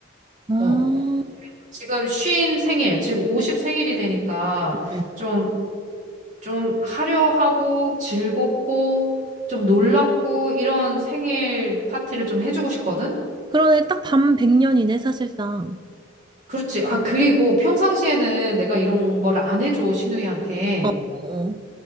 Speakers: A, on the right (about 25°); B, on the right (about 40°).
A: 아,
B: 어. 지금 쉰 생일, 지금 50 생일이 되니까
A: 응, 응.
B: 좀, 좀 화려하고 즐겁고 좀 놀랍고 이런 생일 파티를 좀 해주고 싶거든?
A: 그러네, 딱 밤 100년이네, 사실상.
B: 그렇지. 아, 그리고 평상시에는 내가 이런 걸 안 해줘, 시누이한테.
A: 어, 어, 어.